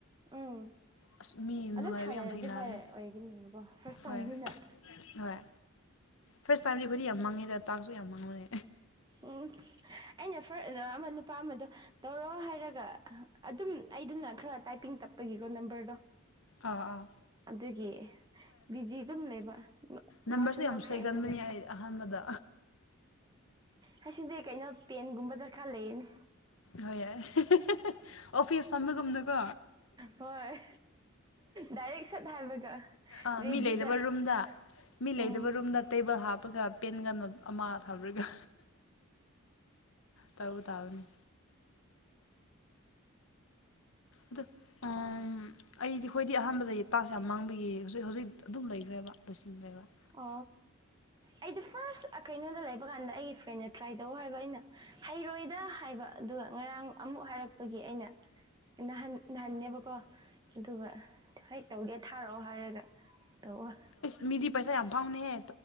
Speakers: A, on the right; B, on the left.
A: ꯎꯝ
B: ꯑꯁ ꯃꯤ
A: ꯑꯗꯨꯝ
B: ꯅꯨꯡꯉꯥꯏꯕ
A: ꯁꯥꯟꯅꯔꯗꯤ
B: ꯌꯥꯝ ꯊꯦꯡꯅꯕꯅꯤ
A: ꯍꯣꯏ ꯑꯣꯏꯒꯅꯤꯕꯀꯣ ꯐꯥꯔꯁ
B: ꯍꯣꯏ
A: ꯇꯥꯏꯝꯅꯤꯅ
B: ꯍꯣꯏ ꯐꯥꯔꯁ ꯇꯥꯏꯝꯗꯤ ꯑꯩꯈꯣꯏꯗꯤ ꯌꯥꯝ ꯃꯥꯡꯉꯦꯗ ꯇꯥꯛꯁꯨ ꯌꯥꯝ ꯃꯥꯡꯉꯨꯅꯦ
A: ꯎꯝ ꯑꯩꯅ ꯐ ꯑꯃ ꯅꯨꯄꯥ ꯑꯃꯗꯣ ꯇꯧꯔꯣ ꯍꯥꯏꯔꯒ ꯑꯗꯨꯝ ꯑꯩꯗꯨꯅ ꯈꯔ ꯇꯥꯏꯄꯤꯡ ꯇꯞꯄꯒꯤꯀꯣ ꯅꯝꯕꯔꯗꯣ
B: ꯑꯥ ꯑꯥ
A: ꯑꯗꯨꯒꯤ ꯕꯤꯖꯤ ꯑꯗꯨꯝ ꯂꯩꯕ
B: ꯅꯝꯕꯔꯁꯦ
A: ꯃꯥꯁꯨ
B: ꯌꯥꯝ
A: ꯅꯣꯛꯈ꯭ꯔꯦ
B: ꯁꯣꯏꯒꯟꯕꯅꯤ
A: ꯑꯩꯁꯨ ꯅꯣꯛꯄ
B: ꯑꯩ ꯑꯍꯥꯟꯕꯗ
A: ꯍꯥꯏ ꯁꯤꯗꯤ ꯀꯩꯅꯣ ꯄꯦꯟꯒꯨꯝꯕ ꯗꯔꯀꯥꯔ ꯂꯩꯌꯦꯅꯦ
B: ꯍꯣꯏ ꯍꯣꯏ ꯑꯣꯐꯤꯁ ꯑꯃꯒꯨꯝꯅꯀꯣ
A: ꯍꯣꯏ ꯗꯥꯏꯔꯦꯛ ꯁꯠ ꯍꯥꯏꯕꯒ
B: ꯑ
A: ꯔꯦꯗꯤꯗ
B: ꯃꯤ ꯂꯩꯗꯕ ꯔꯨꯝꯗ ꯃꯤ ꯂꯩꯗꯕ
A: ꯎꯝ
B: ꯔꯨꯝꯗ ꯇꯦꯕꯜ ꯍꯥꯞꯄꯒ ꯄꯦꯟꯒ ꯅꯣꯠ ꯑꯃ ꯍꯥꯞꯔꯒ ꯇꯧ ꯇꯥꯕꯅꯤ ꯑꯗꯨ ꯑꯝ ꯑꯩꯗꯤ ꯑꯩꯈꯣꯏꯗꯤ ꯑꯍꯥꯟꯕꯗ ꯇꯥꯁꯦ ꯌꯥꯝ ꯃꯥꯡꯕꯤꯈꯤ ꯍꯧꯖꯤꯛ ꯍꯧꯖꯤꯛ ꯑꯗꯨꯝ ꯂꯩꯈ꯭ꯔꯦꯕ ꯂꯣꯏꯁꯤꯟꯈ꯭ꯔꯦꯕ ꯑꯥ
A: ꯑ ꯑꯩꯗꯤ ꯐꯥꯔꯁ ꯀꯩꯅꯣꯗ ꯂꯩꯕ ꯀꯥꯟꯗ ꯑꯩꯒꯤ ꯐ꯭ꯔꯦꯟꯅ ꯇ꯭ꯔꯥꯏ ꯇꯧ ꯍꯥꯏꯕ ꯑꯩꯅ ꯍꯩꯔꯣꯏꯗ ꯍꯥꯏꯕ ꯑꯗꯨꯒ ꯉꯔꯥꯡ ꯑꯃꯨꯛ ꯍꯥꯏꯔꯛꯄꯒꯤ ꯑꯩꯅ ꯍꯟ ꯅꯥꯍꯟꯅꯦꯕꯀꯣ ꯑꯗꯨꯒ ꯍꯣꯏ ꯇꯧꯒꯦ ꯊꯥꯔꯛꯑꯣ ꯍꯥꯏꯔꯒ ꯇꯧꯑꯣ
B: ꯏꯁꯁ ꯃꯤꯗꯤ ꯄꯩꯁꯥ ꯌꯥꯝ ꯐꯪꯅꯦꯍ